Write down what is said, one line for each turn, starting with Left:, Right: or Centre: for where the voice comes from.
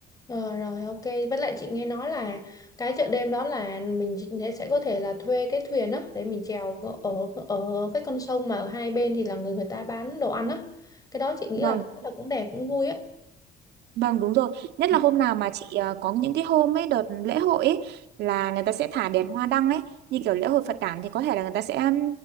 Left: Ờ, rồi ok với lại chị nghe nói là cái chợ đêm đó là mình sẽ sẽ có thể là thuê cái thuyền á để mình chèo ở ở cái con sông mà ở hai bên thì là người người ta bán đồ ăn á cái đó chị nghĩ
Right: vâng
Left: là chắc là cũng đẹp cũng vui á
Right: Vâng đúng rồi, nhất
Left: Ừ.
Right: là hôm nào mà chị ờ, có những cái hôm ấy đợt lễ hội ấy là người ta sẽ thả đèn hoa đăng ấy, như kiểu lễ hội Phật đản thì có thể là người ta sẽ um,